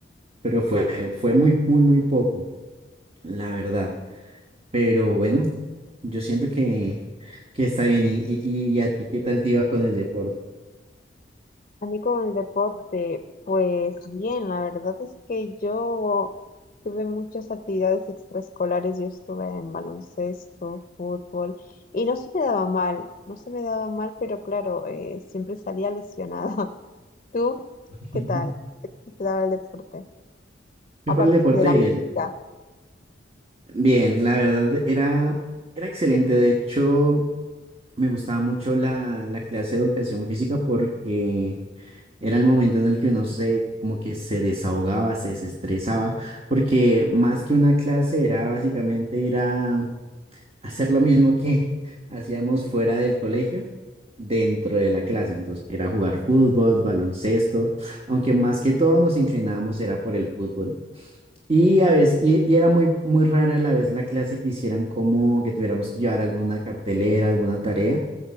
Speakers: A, on the right; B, on the left.
A: pero fue, fue muy, muy, muy poco, la verdad. Pero bueno, yo siento que, que está bien. ¿Y, y, y a ti qué tal te iba con el deporte?
B: A mí con el deporte, pues bien, la verdad es que yo tuve muchas actividades extraescolares, yo estuve en baloncesto, fútbol, y no se me daba mal, no se me daba mal, pero claro, eh, siempre salía lesionada. <laughs> ¿Tú
A: <laughs>
B: qué tal? ¿Qué qué te daba el deporte?
A: Yo
B: Aparte
A: para el deporte
B: de la
A: bien.
B: música,
A: Bien, la verdad era, era excelente. De hecho, me gustaba mucho la, la clase de educación física porque era el momento en el que uno se, como que se desahogaba, se desestresaba, porque más que una clase era básicamente ir a, hacer lo mismo que <laughs> hacíamos fuera del colegio, dentro de la clase. Entonces, que era jugar fútbol, baloncesto, aunque más que todo nos inclinábamos era por el fútbol. Y a veces, y, y era muy, muy rara a la vez la clase que hicieran como que tuviéramos que llevar alguna cartelera, alguna tarea.